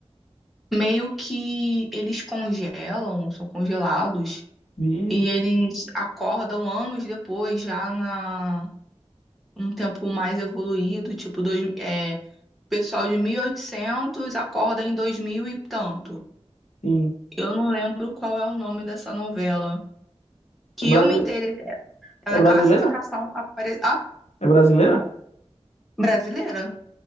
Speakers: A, in the centre; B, on the left.
A: meio que eles congelam, são congelados
B: vi,
A: e eles acordam anos depois, já na um tempo mais evoluído, tipo dois, é, pessoal de 1800 acorda em 2000 e tanto.
B: sim.
A: Eu não lembro qual é o nome dessa novela. Que
B: É, brasi-
A: eu me interessei. Ela
B: é
A: é
B: brasileira?
A: classificação apare... ah,
B: É brasileira?
A: brasileira?